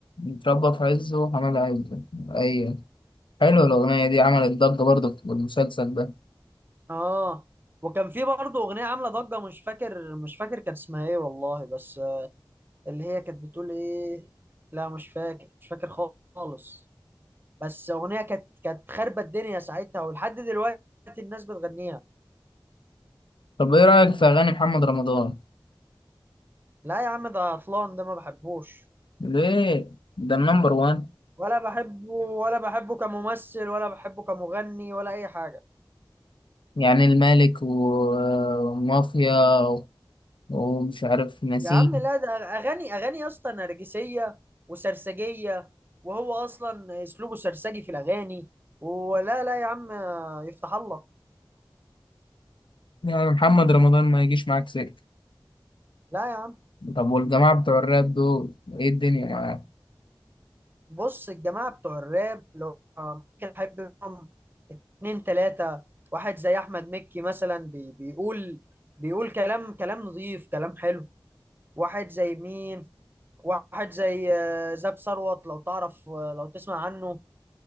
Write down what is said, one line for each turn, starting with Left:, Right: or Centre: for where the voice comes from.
Left: اتربى في عزه وحماد عزه ايوه حلوه الاغنيه دي عملت ضجه برضه في المسلسل ده
Right: اه وكان في برضه اغنيه عامله ضجه مش فاكر مش فاكر كانت اسمها ايه والله بس آه، اللي هي كانت بتقول ايه لا مش فاكر مش فاكر خالص بس اغنيه كانت كانت خربت الدنيا ساعتها ولحد دلوقتي الناس بتغنيها
Left: طب ايه رايك في اغاني محمد رمضان
Right: لا يا عم ده عطلان ده ما بحبوش
Left: ليه ده النمبر وان
Right: ولا بحبه ولا بحبه كممثل ولا بحبه كمغني ولا اي حاجه
Left: يعني الملك و- ومافيا و- ومش عارف نسيم
Right: يا عم لا ده اغاني اغاني يا اسطى نرجسيه وسرسجيه وهو اصلا اسلوبه سرسجي في الاغاني ولا لا يا عم يفتح الله
Left: يعني محمد رمضان ما يجيش معاك سكه
Right: لا يا عم
Left: طب والجماعه بتوع الراب دول ايه الدنيا معاك
Right: بص الجماعه بتوع الراب لو كان حابب منهم اتنين تلاته واحد زي احمد مكي مثلا بي بيقول بيقول كلام كلام نظيف كلام حلو واحد زي مين واحد زي آه، زاب ثروت لو تعرف آه، لو تسمع عنه